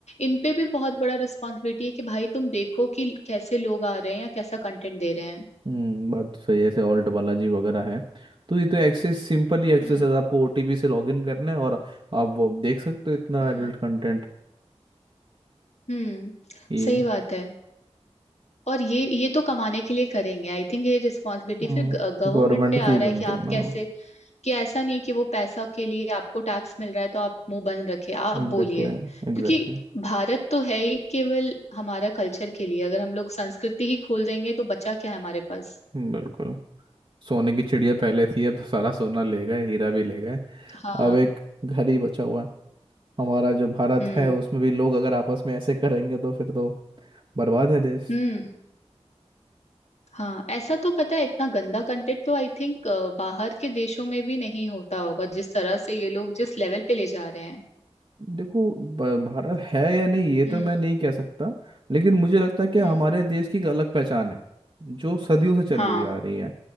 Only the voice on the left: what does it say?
इन पे भी बहुत बड़ा रिस्पॉन्सिबिलिटी है कि भाई तुम देखो कि कैसे लोग आ रहे हैं या कैसा कंटेंट दे रहे हैं
हम्म
हम्म
हम्म,
सही बात है और ये ये तो कमाने के लिए करेंगे आई थिंक ये रिस्पॉन्सिबिलिटी
फिर गवर्नमेंट
पे आ
रहा है
कि आप
कैसे कि ऐसा नहीं कि वो पैसा के लिए आपको टैक्स मिल रहा है तो आप मुंह बंद रखे आप
बोलिए
क्योंकि भारत तो है ही केवल हमारा कल्चर के लिए अगर हम लोग संस्कृति ही खोल देंगे तो बचा क्या है हमारे पास
हाँ
हम्म
हम्म हाँ ऐसा तो पता है इतना गंदा कंटेंट तो आई थिंक बाहर के देशों में भी नहीं होता होगा जिस तरह से ये लोग जिस लेवल पे ले जा रहे हैं
हम्म
हम्म
हाँ